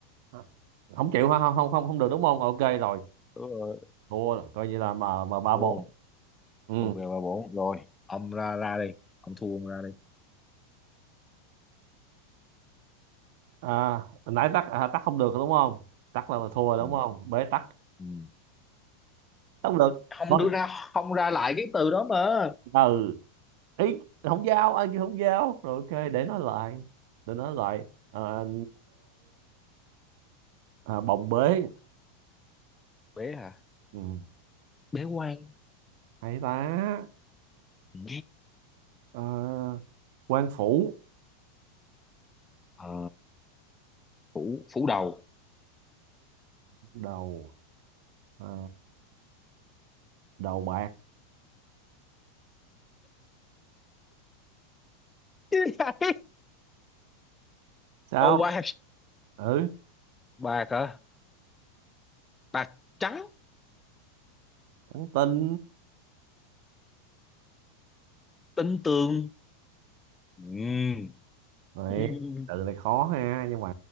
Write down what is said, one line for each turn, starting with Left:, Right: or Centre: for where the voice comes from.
Right: À, không chịu hả không không không không được đúng không ok rồi
Left: ừ,
Right: thua rồi coi như là mà mà ba
Left: vô
Right: bốn ừ
Left: ok ba bốn rồi ông ra ra đi ông thua ông ra đi
Right: à hồi nãy tắt à, tắt không được đúng không tắt là mà thua đúng
Left: ừ.
Right: không bế tắc
Left: Ừ.
Right: tắt không được
Left: không
Right: thôi
Left: đưa ra không ra lại cái từ đó mà
Right: ừ ý không giao ai kêu không giao rồi ok để nói lại để nói lại à, ờ, à, bồng bế
Left: bế hả
Right: ừ.
Left: bế quan
Right: hay ta
Left: ừ.
Right: Ờ, quan phủ
Left: Ờ, phủ phủ đầu
Right: đầu ờ, đầu bạc
Left: <laughs>
Right: sao
Left: ô quan
Right: ừ
Left: ba hả bạc trắng
Right: trắng tinh
Left: tinh tường Ừm,
Right: này
Left: <laughs>
Right: từ này khó ha nhưng mà